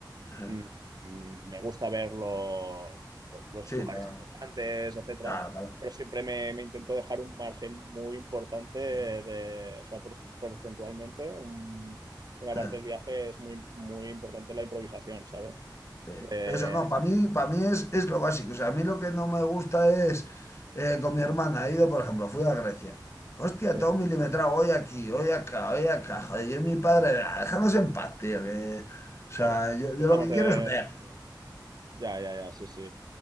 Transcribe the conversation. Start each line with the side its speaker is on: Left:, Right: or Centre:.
Left: <laughs>
Right: mm, mm, me gusta ver lo- lo- los
Left: Sí,
Right: lugares
Left: la...
Right: importantes, etcétera,
Left: Claro, claro.
Right: pero siempre me, me intento dejar un margen muy importante de,
Left: Sí. <laughs>
Right: o sea, por- porcentualmente, un- una parte
Left: Eh,
Right: del viaje es muy, muy importante la improvisación, ¿sabes?
Left: sí.
Right: De-
Left: Eso, no, para mí, para mí es, es lo básico. O sea, a mí lo que no me gusta es eh, con mi hermana. He ido, por ejemplo, fui a Grecia. Hostia,
Right: sí,
Left: todo milimetrado, hoy aquí, hoy acá, hoy acá. Joder, yo y mi padre, "Ah, dejadnos en paz, tío. que- O
Right: claro.
Left: sea, yo,
Right: Estamos
Left: yo lo que
Right: de,
Left: quiero es ver.
Right: sí. ya, ya, ya, sí, sí.